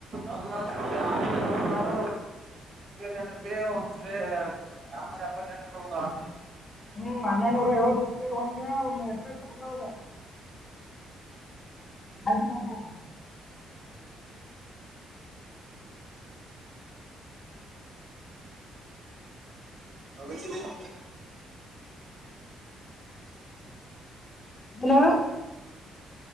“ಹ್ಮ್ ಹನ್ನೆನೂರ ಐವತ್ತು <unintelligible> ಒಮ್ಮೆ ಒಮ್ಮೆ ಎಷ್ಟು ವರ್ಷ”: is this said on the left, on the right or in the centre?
Left